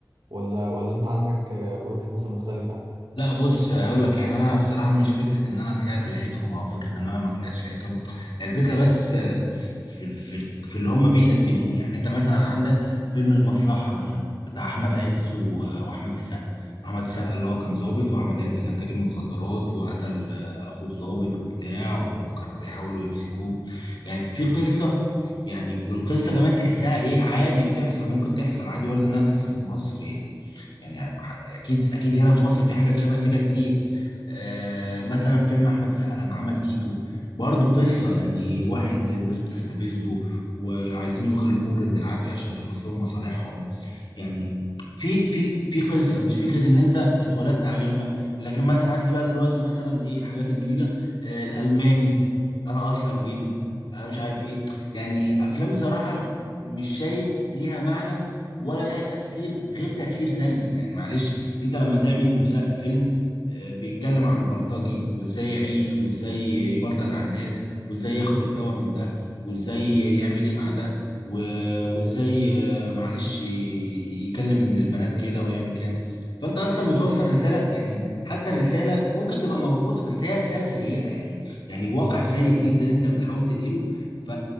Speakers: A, on the right (about 65°); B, on the left (about 75°).
A: ولا ولا انت عندك آه، وجهة نظر مختلفة يعني
B: لا بص هقول لك يعني انا بصراحه مش فكره ان انا طلعت لقيتهم او فكره ان انا ما طلعتش لقيتهم هي الفكره بس في في في اللي هم بيقدموه يعني انت مثلا عندك فيلم المصلحه مثلا بتاع احمد عز و- واحمد السقا احمد السقا اللي هو كان ضابط واحمد عز كان تاجر مخدرات وقتل اخو الضابط وبتاع وكانوا بيحاولوا يمسكوه يعني في قصه يعني والقصه كمان تحسها ايه عادي بتحصل ممكن تحصل عادي وارد انها تحصل في مصر يعني يعني اكيد اكيد هنا في مصر في حاجات شبه كده كتير آه، مثلا فيلم احمد السقا لما عمل تيتو برضه قصه يعني واحد الناس بتستفزه وعايزين يخلوه مجرم بالعافيه عشان يخلص لهم مصالحهم يعني في في في قصه مش فكره ان انت اتولدت عليهم لا لكن مثلا هات لي بقى دلوقتي مثلا ايه الحاجات الجديده آه الالماني انا اصلا جن انا مش عارف ايه يعني افلام بصراحه انا مش شايف ليها معنى ولا ليها تاثير غير تاثير سلبي يعني معلش انت لما تعمل مسا... فيلم آه، بيتكلم عن بلطجي وازاي يعيش وازاي يبلطج على الناس وازاي ياخد اتاوة من ده وازاي يعمل ايه مع ده و- وازاي معلش ي- يكلم البنات كده ويعمل كده فانت اصلا بتوصل رساله يعني حتى الرساله ممكن تبقى موجوده بس هي رساله سيئه يعني يعني واقع سيء جدا انت بتحاول تنقله ف